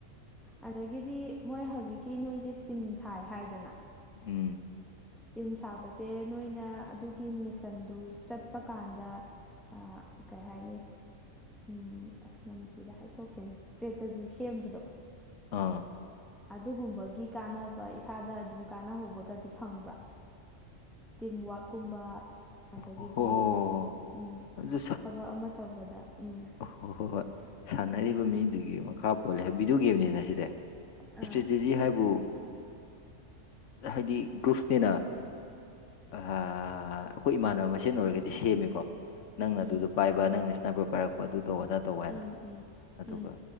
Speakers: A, in the centre; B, on the left (about 70°).
A: ꯑꯗꯒꯤꯗꯤ ꯃꯣꯏ ꯍꯧꯖꯤꯛꯀꯤ ꯅꯣꯏꯖꯦ ꯇꯤꯝ ꯁꯥꯏ ꯍꯥꯏꯗꯅ
B: ꯎꯝ
A: ꯇꯤꯝ ꯁꯥꯕꯁꯦ ꯅꯣꯏꯅ ꯑꯗꯨꯒꯤ ꯃꯤꯁꯟꯗꯨ ꯆꯠꯄ ꯀꯥꯟꯗ ꯑꯥ ꯀꯩ ꯍꯥꯏꯅꯤ ꯎꯝ ꯑꯥꯁ ꯃꯅꯤꯄꯨꯔꯤꯗ ꯍꯥꯏꯊꯣꯛꯇ꯭ꯔꯣꯏꯅꯦ ꯏꯁ꯭ꯇ꯭ꯔꯦꯇꯖꯤ ꯁꯦꯝꯕꯗꯣ
B: ꯑꯥꯑ
A: ꯑꯗꯨꯒꯨꯝꯕꯒꯤ ꯀꯥꯟꯅꯕ ꯏꯁꯥꯗ ꯑꯗꯨꯝ ꯀꯥꯟꯅꯍꯧꯕꯒꯗꯤ ꯐꯪꯕ꯭ꯔꯥ ꯇꯤꯝ ꯋꯥꯛꯀꯨꯝꯕ ꯑꯗꯒꯤꯗꯤ
B: ꯍꯣꯏ ꯍꯣꯏ ꯍꯣꯏ
A: ꯎꯪ
B: ꯑꯗꯨ
A: ꯊꯕꯛ ꯑꯃ ꯇꯧꯕꯗ ꯎꯝ
B: ꯑꯣꯍꯣꯏ ꯍꯣꯏ ꯁꯥꯟꯅꯔꯤꯕ ꯃꯤꯗꯨꯒꯤ ꯃꯈꯥ ꯄꯣꯜꯂꯦ ꯍꯥꯢ ꯕꯤꯗꯤꯑꯣ ꯒꯦꯝꯅꯤꯅ ꯁꯤꯗꯤ ꯏꯁꯇ꯭ꯔꯦꯇꯦꯖꯤ
A: ꯑꯥ
B: ꯍꯥꯏꯕꯨ ꯑꯥꯍꯥꯏꯗꯤ ꯒ꯭ꯔꯨꯞꯅꯤꯅ ꯑꯥꯑ ꯑꯩꯈꯣꯏ ꯏꯃꯥꯟꯅꯕ ꯃꯁꯦꯟ ꯑꯣꯏꯔꯒꯗꯤ ꯁꯦꯝꯃꯤꯀꯣ ꯅꯪꯅ
A: ꯎꯝ
B: ꯑꯗꯨꯗ ꯄꯥꯏꯕ ꯅꯪꯅ ꯏꯁꯅꯦꯞꯄꯔ ꯄꯥꯏꯔꯛꯄ ꯑꯗꯨꯇꯧꯕ-ꯑꯗꯥ ꯇꯧꯕ ꯍꯥꯏꯅ
A: ꯎꯝ ꯎꯝ
B: ꯑꯗꯨꯒ
A: ꯎꯝ